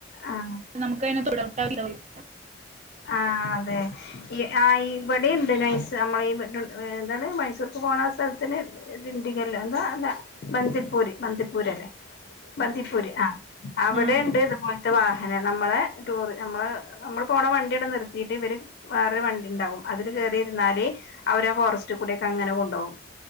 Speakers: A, on the left; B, on the right.
A: ആ
B: നമുക്ക് അതിനെ തൊടട്ടാതാവും-
A: ആഹ് അതെ. ആഹ് ഇവിടെ ഉണ്ട്. നൈസ് നമ്മളെ ഈ ബെ ട് എന്താണ് മൈസൂർക്ക് പോണ സ്ഥലത്തിന് ദിണ്ടികല്. എന്താ അല്ല ബന്തിപ്പൂര്, ബന്തിപ്പൂര് അല്ലേ. ബന്തിപ്പൂര്. ആഹ് അവിടെ
B: ആഹ്
A: ഉണ്ട്. ഇതുപോൽ ഇവിടുത്തെ വാഹനം നമ്മളെ ടൂറ് നമ്മള് നമ്മൾ പോണ വണ്ടി അവിടെ നിർത്തിയിട്ട് ഇവര് വേറെ വണ്ടി ഉണ്ടാവും. അതില് കയറി ഇരുന്നാലേ അവരെ ആ ഫോറസ്റ്റ് കൂടെ ഒക്കെ അങ്ങനെ കൊണ്ടൊവും.